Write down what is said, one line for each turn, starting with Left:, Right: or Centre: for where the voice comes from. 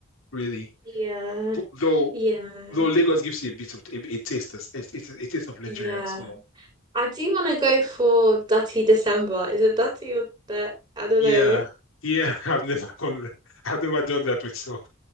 Left: really.
Right: Yeah.
Left: Th- Though
Right: Yeah.
Left: though Lagos gives you a bit of a, a taste as a, a, a taste of Nigeria
Right: Yeah.
Left: as well.
Right: I do want to go for Dirty December. Is it Dirty or that? I don't
Left: Yeah,
Right: know.
Left: yeah. <laughs> I've never gone. there. I've never done that myself.